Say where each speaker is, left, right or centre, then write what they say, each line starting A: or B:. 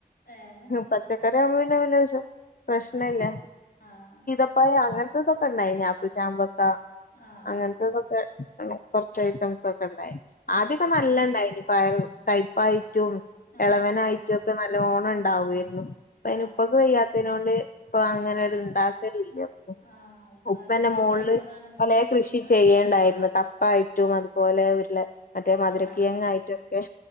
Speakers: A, on the left; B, on the left.
A: ഏഹ്
B: പച്ചക്കറി ആവുമ്പോ പിന്നെ <unintelligible> പ്രശ്നംല്ല
A: ആഹ് ആഹ്
B: പ്പയ അങ്ങനത്തതൊക്കെ ഉണ്ടായിനി ആപ്പിൾ ചാമ്പക്ക
A: ആഹ്
B: അങ്ങനത്തതൊക്കെ
A: ആഹ്
B: കൊറച്ച് ഐറ്റംസ് ഒക്കെ ഉണ്ടായിരുന്നു ആദ്യൊക്കെ
A: ഏഹ്
B: നല്ല ഇണ്ടായിനി പയർ കയപ്പായിട്ടും
A: ആഹ്
B: എളവനായിട്ടൊക്കെ
A: ആഹ്
B: നല്ലോണം ഉണ്ടാവായിരുന്നു ഇപ്പ അയിന്
A: ആഹ്
B: ഉപ്പാക്ക് വയ്യാത്തിനോ ണ്ട് ഇപ്പ അങ്ങനെ
A: ആഹ്
B: ഒരു ഇണ്ടാക്കലില്ലപ്പോ
A: ആഹ് ഉപ്പാര്
B: ഉപ്പന്നെ മോളില്‌
A: കഴിയുമ്പളാണ്
B: പലെ
A: ഉം
B: കൃഷി ചെയ്യേണ്ടായിരുന്നു കപ്പായിറ്റും അതുപോലെ ഉരുള് മറ്റെ മധുരകിയങ്ങായിട്ടൊക്കെ
A: ആഹ്